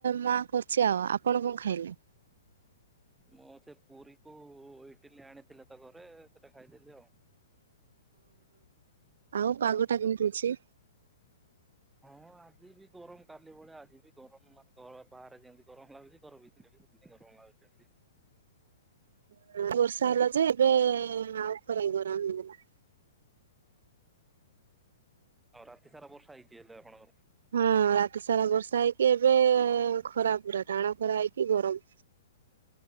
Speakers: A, on the right (about 65°); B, in the centre.
A: ମା କ----ଆଉ, ଆପଣ ଖାଇଲେ?
B: ମୁଁ ପୁରୀ କୁ ଇଟିଲି ଆଣିଥିଲେ ତ ଘରେ ସେଟା ଖାଇଦେଲି ଆଉ।
A: ଆଉ ପାଗଟା କେ----ଅଛି?
B: ହଁ, ଆଜି ବି ଗରମ୍ କାଲି ଭଳିଆ ଆଜି ବି ଗରମ୍ ବାହାରେ ଯେମ୍ତି ଗରମ୍ ଲାଗୁଚି। ଘର <inaudible>
A: <inaudible>
B: ଆଉ ରାତି ସାରା ବର୍ଷା ହେଇଚି, ହେଲେ ଆପଣ
A: ହଁ ରାତି ସାରା ବର୍ଷା ହେଇକି, ଏବେ ଖରା ପୁରା ଟାଣ ଖରା ହେଇକି ଗରମ୍।